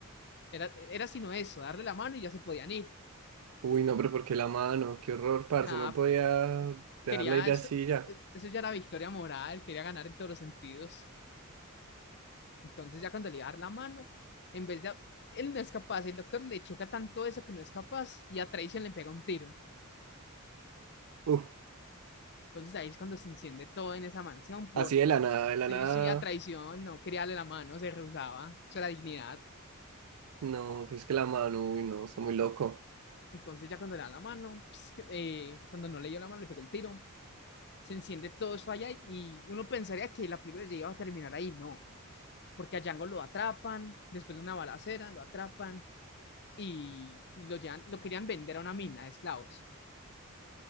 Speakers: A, on the left (about 50°); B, on the right (about 75°).
A: Era, era sino eso, darle la mano y ya se podían ir.
B: Uy, no, pero ¿por qué la mano? Qué horror, parce.
A: Nada,
B: No podía dejarla
A: quería
B: ir
A: eso.
B: así ya.
A: e, Eso ya era victoria moral, quería ganar en todos los sentidos. Entonces ya cuando le iba a dar la mano, en vez de él no es capaz, el doctor le choca tanto eso que no es capaz y a traición le pega un tiro.
B: Uf,
A: Entonces ahí es cuando se enciende todo en esa mansión, porque
B: así de la nada, de la
A: sí,
B: nada.
A: sí, a traición, no quería darle la mano, se rehusaba, o sea, la dignidad.
B: No, es que la mano, uy, no, está muy loco.
A: Entonces ya cuando le da la mano, pues, que- eh, cuando no le dio la mano, le pegó el tiro, se enciende todo eso allá y uno pensaría que la película ya iba a terminar ahí, no, porque a Django lo atrapan, después de una balacera, lo atrapan y, y lo llevan, lo querían vender a una mina de esclavos.